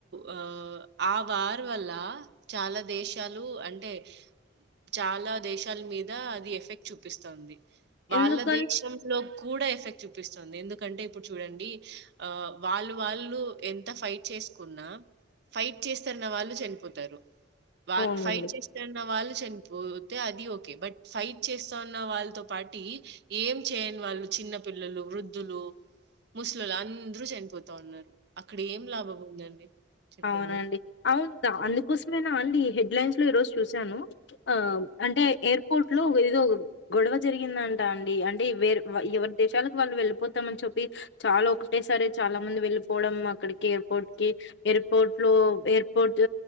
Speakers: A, on the right; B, on the left.
A: ఆ ఆ వార్ వల్ల చాలా దేశాలు అంటే చాలా దేశాల మీద అది ఎఫెక్ట్ చూపిస్తంది వాళ్ళ
B: ఎందుకన్
A: దేశం లో కూడా ఎఫెక్ట్ చూపిస్తుంది ఎందుకంటే ఇప్పుడు చూడండి ఆ వాళ్ళు వాళ్ళు ఎంత ఫైట్ చేసుకున్నా ఫైట్ చేస్తారన్న వాళ్ళు చనిపోతారు వా
B: అవునండి.
A: ఫైట్ చేస్తాన్న వాళ్ళు చనిపో అది ఓకే బట్ ఫైట్ చేస్తా అన్న వాళ్ళతో పాటి ఏం చేయని వాళ్ళు చిన్న పిల్లలు వృద్ధులు ముస్లోలు అం అందరూ చనిపోతా ఉన్నారు అక్కడ ఏం లాభం ఉందండి చెప్పండి?
B: అవునండి అవును అందుకోసం ేనా అండి ఈ హెడ్ లైన్స్ లో ఈరోజు చూశాను ఆ అంటే ఎయిర్ పోర్ట్ లో ఏదో గొడవ జరిగిందంట అండి అంటే వేరు ఎవరి దేశాలకు వాళ్ళు వెళ్లిిపోతామ అని చెప్పి చాలా ఒకటే సారి చాలా మంది వెళ్ళిపోవడం అక్కడికి ఎయిర్పోర్ట్ కి ఎర్ పోర్ట్ లో ఎయిర్పోర్ట్